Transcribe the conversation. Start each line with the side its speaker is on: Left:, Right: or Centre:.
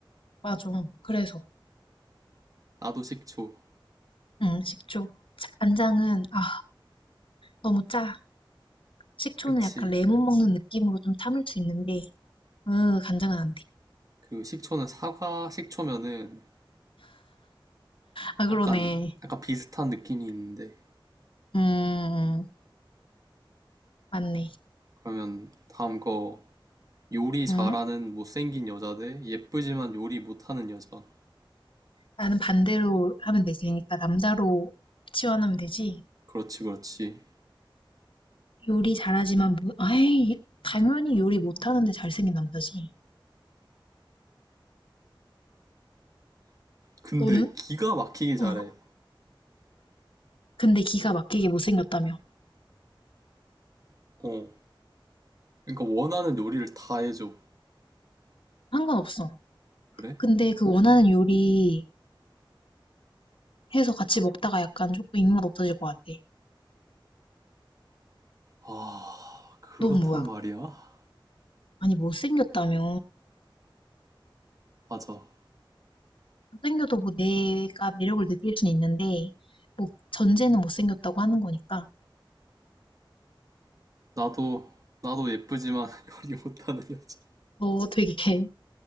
Left: 맞아. 그래서.
Right: 나도 식초.
Left: 응, 식초. 간장은, 아, 너무 짜. 식초는
Right: 그치.
Left: 약간 레몬 먹는 느낌으로 좀 참을 수 있는데, 으, 간장은 안 돼.
Right: 그 식초는 사과 식초면은
Left: 아, 그러네.
Right: 약간 약간 비슷한 느낌이 있는데.
Left: 음, 음, 맞네.
Right: 그러면 다음 거 요리 잘하는
Left: 응?
Right: 못생긴 여자 대 예쁘지만 요리 못하는 여자.
Left: 나는 반대로 하면 되지. 그러니까 남자로 치환하면 되지.
Right: 그렇지, 그렇지.
Left: 요리 잘하지만 뭐, 아이, 당연히 요리 못하는데 잘생긴 남자지.
Right: 근데
Left: 너는?
Right: 기가 막히게 잘해.
Left: 어. 근데 기가 막히게 못생겼다며.
Right: 어. 그러니까 원하는 요리를 다 해줘.
Left: 상관없어.
Right: 그래?
Left: 근데 그 원하는 요리 해서 같이 먹다가 약간 조금 입맛 없어질 것 같아.
Right: 아, 그렇단
Left: 넌 뭐야?
Right: 말이야.
Left: 아니, 못생겼다며.
Right: 맞아.
Left: 못생겨도 뭐 내가 매력을 느낄 순 있는데, 뭐 전제는 못생겼다고 하는 거니까.
Right: 나도, 나도 예쁘지만 <laughs> 요리 못하는 여자.
Left: 너 되게 <laughs>